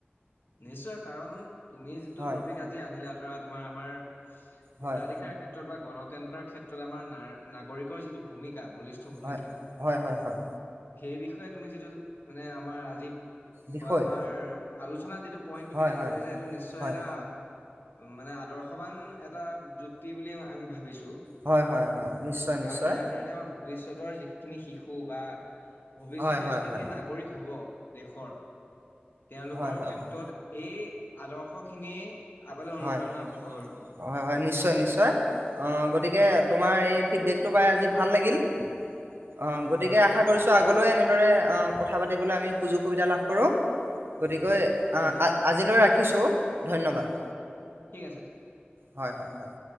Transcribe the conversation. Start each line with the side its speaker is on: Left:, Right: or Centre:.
Left: নিশ্চয়, কাৰণ তুমি যিটো
Right: হয়
Left: ট'পিক আজি আনিলা ধৰা তোমাৰ আমাৰ
Right: হয়
Left: ভোটাধিকাৰ ক্ষেত বা গণতন্ত্ৰৰ ক্ষেত্ৰত, আমাৰ নাগৰিকৰ যিটো ভূমিকা বলিষ্ঠ ভূমিকা।
Right: হয় হয় হয় হয়
Left: সেই বিষয়ে তুমি যিটো মানে আমাৰ আজি
Right: বিষয়
Left: অ আমাৰ আলোচনা যিটো পইনট তুমি
Right: হয়
Left: দাঙি
Right: হয়
Left: ধৰিছা এইটো নিশ্চয়
Right: হয়
Left: এটা মানে আদৰ্শবান এটা যুক্তি বুলি আমি ভাবিছো
Right: হয় হয় হয় নিশ্চয়
Left: কাৰণ
Right: নিশ্চয়
Left: ইয়াৰ জৰিয়তে আমাৰ ভৱিষ্যত ওপৰত খিনি শিশু বা ভৱিষ্যতে
Right: হয় হয়
Left: যিখিনি
Right: হয়
Left: নাগৰিক হ'ব দেশৰ তেওঁলোকৰ
Right: হয় হয়
Left: ক্ষেত্ৰত
Right: হয়
Left: এই আদৰ্শখিনিয়ে আগলৈ অনুপ্ৰেৰণা
Right: হয়
Left: উৎসৱ হৈ ৰ'ব
Right: হয় হয় নিশ্চয় নিশ্চয় অ গতিকে তোমাৰ এই ফিক্সদেটোৰ পাই আজি ভাল লাগিল অ গতিকে
Left: হয়
Right: আশা কৰিছো আগলৈ এনেদৰে কথা পাতিবলৈ আমি সুযোগ সুবিধা লাভ কৰো গতিকে
Left: ঠিক
Right: অ
Left: আছে
Right: আজিলৈ ৰাখি ৰাখিছো ধন্যবাদ।
Left: ঠিক আছে ঠিক
Right: হয় হয় হয়